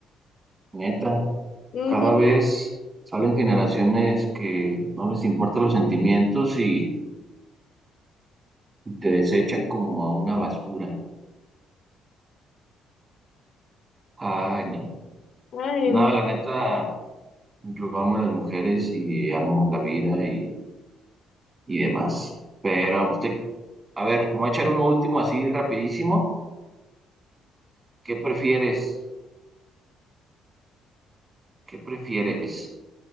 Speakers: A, on the right (about 20°); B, on the left (about 50°).
A: neta.
B: Ujú.
A: Cada vez salen generaciones que no les importan los sentimientos y, y te desechan como a una basura. Ay, no.
B: Ay,
A: Nada,
B: no.
A: la neta, yo amo a las mujeres y amo la vida y y demás. Pero, pues, te- a ver, voy a echar uno último así rapidísimo. ¿Qué prefieres? ¿Qué prefieres?